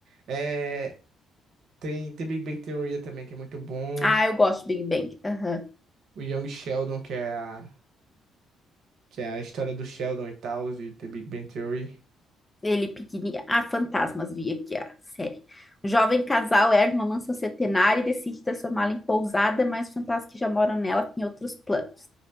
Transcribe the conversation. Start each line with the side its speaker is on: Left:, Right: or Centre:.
Right: É, tem, tem Big Bang Theory também, que é muito bom.
Left: Ah, eu gosto de Big Bang. Aham.
Right: O Young Sheldon, que é a, que é a história do Sheldon e tal, e The Big Bang Theory.
Left: Ele pequenininho. Ah, fantasmas, vi aqui a série. O jovem casal herda uma mansão centenária e decide transformá-la em pousada, mas os fantasmas que já moram nela têm outros planos.